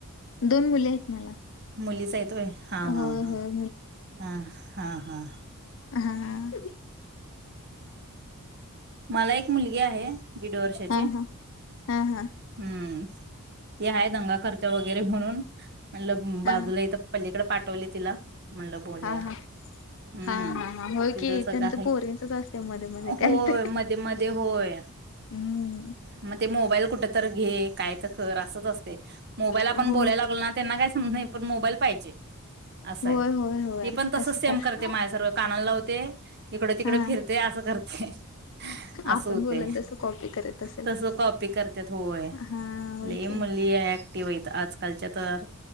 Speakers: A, on the left (about 60°); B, on the right (about 50°).
A: दोन मुले आहेत मला
B: मुलीच हायेत होय हा
A: होय
B: हा हा
A: होय
B: ह हा. हां हां.
A: हां.
B: मला एक मुलगी आहे. दीड वर्षाची
A: हा
B: हम्म
A: हा हा हा हा
B: ती आहे दंगा करतीया वगैरे म्हणून म्हणलं
A: हा
B: बाजूला इथं पलीकडे पाठवले तिला म्हणलं बोलूया
A: हा
B: हम्म
A: हा हा हा होय
B: तिज
A: की
B: सगळं
A: त्यांचं
B: आहे
A: पोरींचच असते मध्ये मध्ये काय
B: होय
A: तर
B: मध्ये-मध्ये होय
A: हम्म
B: म ते मोबाईल कुठ तर घे काय तर कर अस असतय. मोबाईल आपण
A: होय
B: बोलायला लागलो ना त्यांना काय समजत नाही पण मोबाईल पाहिजे असं
A: होय
B: हाय
A: होय होय
B: ती पण तसच सेम
A: आहे
B: करते माझ्यासारखं काना लावते इकडे तिकडे
A: हा
B: फिरते असं करते ह अस
A: आपण
B: होते
A: बोलल तसं कॉपी करत असेल
B: तस कॉपी करते होय
A: हा होय
B: ल
A: की
B: मुलली ऍक्टिव्ह य आजकालच्या तर